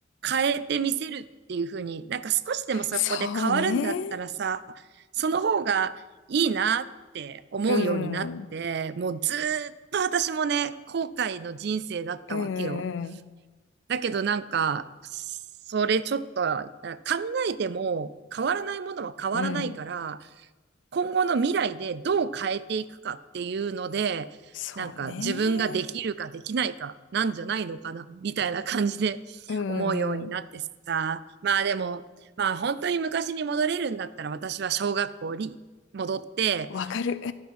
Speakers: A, on the right; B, on the left.
A: 変えてみせるっていうふうに、なんか少しでもそこで変わるんだったらさ、
B: そうね。
A: その方がいいなって思うようになって、
B: うん。うん
A: もうずーっと私もね、後悔の人生だったわけよ。
B: うんうん。
A: だけどなんか、それちょっとあ考えても変わらないものは変わらないから、
B: うん。
A: 今後の未来でどう変えていくかっていうので、
B: そうね。
A: なんか自分ができるかできないかなんじゃないのかな、みたいな感じで <laughs>
B: うんうん。
A: 思うようになってさ。まあでも、まあ本当に昔に戻れるんだったら私は小学校に戻って、
B: わかる。